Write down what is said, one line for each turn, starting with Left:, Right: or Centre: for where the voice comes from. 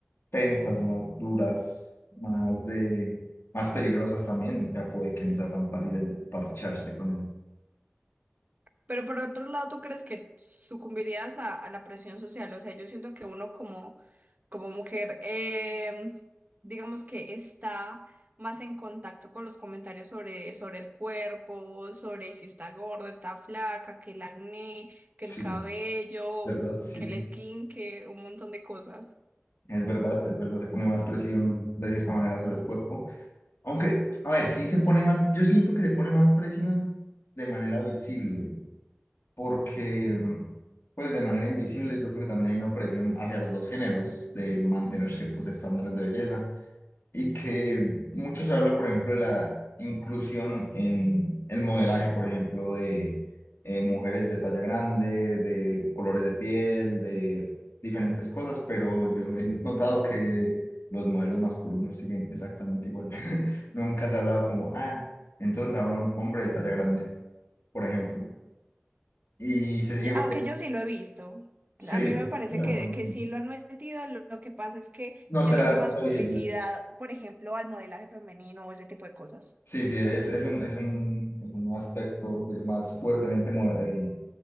Left: tensas, más duras, más de, más peligrosas también, ya puede que no sea tan fácil el parcharse con eso.
Right: Pero por otro lado, ¿tú crees que sucumbirías a, a la presión social? O sea, yo siento que uno como, como mujer, em, digamos que está más en contacto con los comentarios sobre, sobre el cuerpo, sobre si está gorda, está flaca, que el acné, que
Left: Sí,
Right: el cabello,
Left: ¿verdad? Sí,
Right: que
Left: sí.
Right: el skincare, un montón de cosas.
Left: Es verdad, es verdad, se pone más presión de cierta manera sobre el cuerpo. Aunque, a ver, sí se pone más, yo siento que se pone más presión de manera visible, porque, pues de manera invisible, yo creo que también hay una presión hacia los dos géneros de mantener ciertos estándares de belleza y que mucho se habla, por ejemplo, de la inclusión en el modelaje, por ejemplo, de eh, mujeres de talla grande, de colores de piel, de diferentes cosas, pero yo he notado que los modelos masculinos siguen exactamente igual. <laughs> Nunca se ha hablado como, ah, entonces ahora un hombre de talla grande, por ejemplo. Y se
Right: Yo-
Left: sigue manteniendo.
Right: Aunque yo sí lo he visto.
Left: Sí.
Right: A mí me parece
Left: No
Right: que, que sí lo han metido. Lo, lo que pasa es que
Left: no
Right: se
Left: se
Right: le
Left: le da
Right: hace más
Left: tanta
Right: publicidad,
Left: visibilidad.
Right: por ejemplo, al modelaje femenino o ese tipo de cosas.
Left: Sí, sí, es, es un, es un, es un aspecto pues, más fuertemente mo- eh,